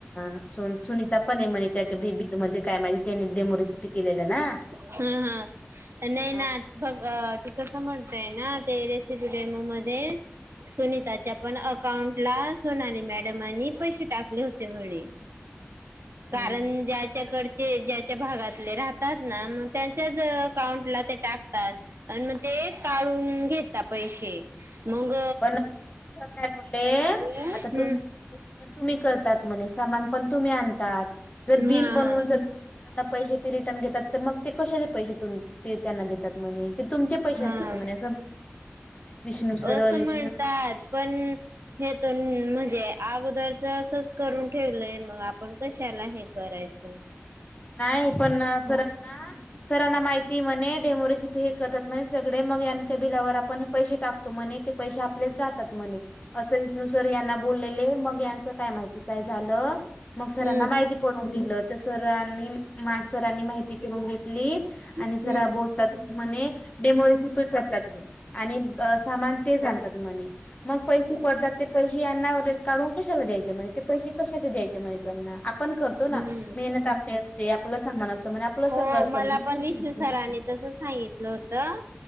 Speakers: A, on the left (about 30°); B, on the right (about 65°).
A: अ सुन सुनीता पण म्हणे, त्याच्या बिबीज मध्ये काय माहित त्या- त्यांनी डेमो रेसिपी केलेल्या ना.
B: हा हा नाही
A: हा
B: ना, बघ तू कस म्हण ते ना ते रेसिपी डेमो मध्ये सुनीता च्या पण अकाउंट ला सोनाली मॅडमांनी पैसे टाकले, होते म्हणे.
A: हा
B: कारण ज्याच्याकडं चे ज्या ज्या भागतले राहतात ना, तेंच्याचं अकाउंटला ते टाकतात. अण म ते ते काढून घेता पैसे. मग
A: पण काय बोलले,
B: हम्म
A: आता तुम्ही <unintelligible> तुम्ही करतात म्हणे, सामान पण तुम्ही आणतात जर बिल
B: हा
A: बनवून जर त्यांना पैसे ते रिटर्न घेतात, तर मग ते कशाचे पैसे तु -त्यांना देतात म्हणे, ते तुमचे पैसे
B: हा
A: असतात
B: हा
A: म्हणे असं विष्णु सर्व
B: असं
A: विण
B: म्हणतात, पण हे तर म्हणजे. अगोदरच असच करून ठेवलंय, मग आपण कशाला हे करायचा.
A: नाही पण सरांना- सरांना माहिती म्हणे, डेमोरेसिपी हे करतात म्हणे. सगळे मग याच्या बिलावर आपण हे पैसे टाकतो. म्हने ते पैसे आपलेच राहतात म्हणे अस विष्णू सर यांना बोललेले. मग यांच काय माहिती काय झालं. मग सरांना
B: हम्म
A: माहिती पडून दिलं तर सरांनी. माने सरांनी माहिती करून घेतली. आणि
B: हम्म
A: जरा बोलतात म्हणे डेमोरेसन तू ही कर. आणि सामान तेच आनतात म्हणे मग पैसे पडतात. ते पैसे यांना काढून कशाला द्यायचे म्हणे. ते पैसे कशाचे द्यायचे म्हणे त्यांना. पण करतो ना
B: हम्म
A: मेहनत आपली असते आपलं सामान अस आपलं चग
B: हो
A: असत
B: मला
A: म्हण <unintelligible>
B: पण विष्णू सरांनी तसं सांगितलं होतं.